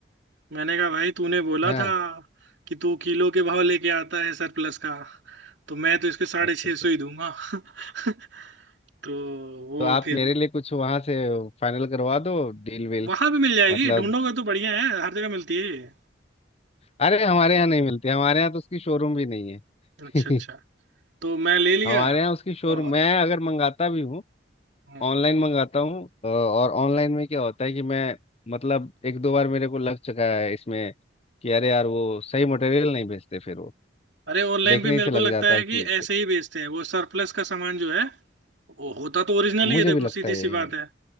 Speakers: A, on the right; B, on the left.
A: मैंने कहा भाई तूने बोला
B: हाँ
A: था कि तू किलो के भाव लेके आता है सरप्लस का तो मैं तो इसके साढ़े
B: अच्छा
A: छह
B: अच्छा
A: सौ ही दूंगा <laughs> तो वो
B: तो आप
A: फिर
B: मेरे लिए कुछ वहां से फाइनल करवा दो डील वील
A: वहां भी मिल जाएगी
B: मतलब
A: ढूंढोगे तो बढ़िया है हर जगह मिलती है ये।
B: अरे हमारे यहाँ नहीं मिलती हमारे यहाँ तो उसकी शोरूम भी नहीं है
A: अच्छा अच्छा
B: <laughs>
A: तो मैं ले लिया
B: हमारे यहाँ उसकी शोरूम
A: और
B: मैं अगर मंगाता भी हूँ
A: हम्म।
B: ऑनलाइन मंगाता हूँ अ, और ऑनलाइन में क्या होता है कि मैं मतलब एक दो बार मेरे को लग चुका है इसमें कि अरे यार वो सही मटेरियल नहीं भेजते फिर वो
A: अरे ऑनलाइन
B: देखने
A: भी मेरे
B: ही से
A: को
B: लग
A: लगता
B: जाता
A: है
B: है
A: कि
B: कि
A: ऐसे ही बेचते हैं वो सरप्लस का सामान जो है वो होता तो ओरिजिनल
B: मुझे
A: ही है देखो
B: भी लगता
A: सीधी
B: है यही
A: सी बात
B: है
A: है